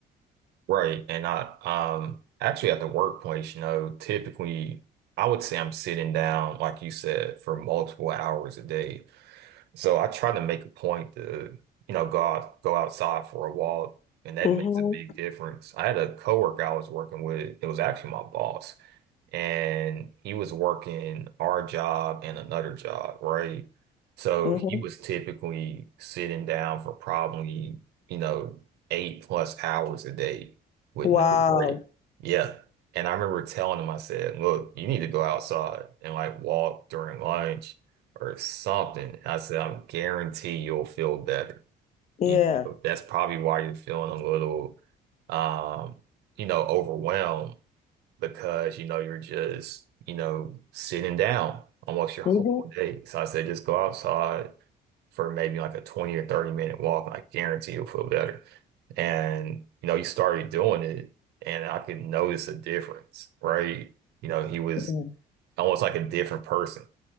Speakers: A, on the right; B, on the left.
A: Right. And I um actually at the workplace, you know, typically I would say I'm sitting down, like you said, for multiple hours a day. So I try to make a point to, you know, go out, go outside for a walk, and that
B: Mm-hmm,
A: makes a big difference. I had a coworker I was working with, it was actually my boss and he was working our job and another job, right? So
B: mm-hmm.
A: he was typically sitting down for probably, you know, eight plus hours a day with
B: Wow.
A: no break. Yeah. And I remember telling him, I said, look, you need to go outside and like walk during lunch or something. I said, I guarantee you'll feel better.
B: Yeah.
A: You know, that's probably why you're feeling a little, um, you know, overwhelmed because you know you're just you know sitting down almost your
B: Mm-hmm.
A: whole day. So I said just go outside for maybe like a 20 or 30 minute walk, and I guarantee you'll feel better. And you know, he started doing it, and I could notice a difference, right? You know, he was
B: Mm-hmm.
A: almost like a different person.